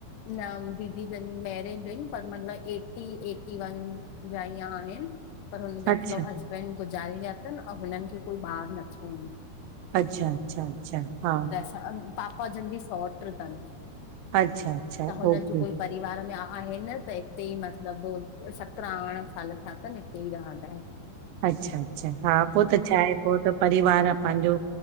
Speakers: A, on the left; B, on the right.
A: न दीदी जन मैरिड इनि पर मतिलबु एटी एटी वन जा ईयं आहिनि पर हुननि जा
B: अच्छा
A: मतलबु हसबैंड गुज़ारे विया तनि अंउं हुननि खे कोई ॿार न थियो हुन।
B: अच्छा अच्छा अच्छा हा
A: अं पापा जन जी सोट्रि तन
B: अच्छा अच्छा
A: त हुननि
B: ओके
A: जो कोई परिवार में आहे न त इतेई मतलबु सतरहां अरिड़हां साल थिया तनि इतेई रहंदा इनि।
B: अच्छा अच्छा हा पो त छाहे पो त परिवार आ पांजो